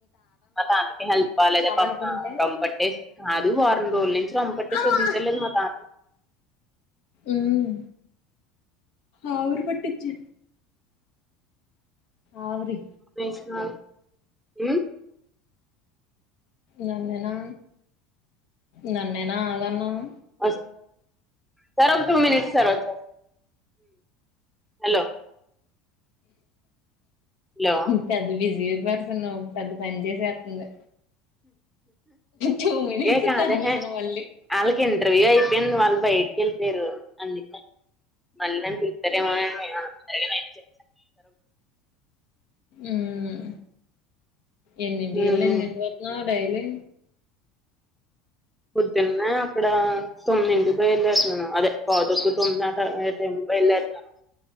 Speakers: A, in the centre; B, on the left.
A: మా తాతాకి హెల్త్ బాలేదే పాపం
B: అనుకుంటే
A: రంపట్టేసి కాదు వారం రోజుల నుంచి రంపట్టేసి
B: అమ్మా
A: వదతలేదు మా తాత
B: మ్మ్ ఆవిరి పట్టించు ఆవిరి
A: ఇస్త నాగు ఉమ్
B: ననేనా నన్నే నా ఆగాన్నావు
A: అస్ సర్ ఒక టూ మినిట్స్ సర్ వాచేస్తా హలో హలో
B: పెద్ద బిజి జీవపడుతున్నా పెద్ద పని చేసేస్తుంది టూ మినిట్స్
A: ఏ కాదేహే
B: పర్మిషన్ మళ్ళీ
A: వాళ్ళకి ఇంటర్వ్యూ అయిపోయింది వాళ్ళ బయటికి వెళ్లిపోయారు అందుకే మళ్ళీ సరే మమ్మయ్య ఫైవ్ నైనంటి
B: ఉమ్ ఎన్నింటి
A: ఉమ్
B: ఎల్ల ఎన్నిటికి వత్నావ్ డైలి లే
A: పొద్దున్నే అక్కడ తొమ్మిదింటికి బయల దేరుతున్నాను అదే పావు తక్కువ తొమ్మిదిమి అ టైమ్ లో బయలు దేరుతానాను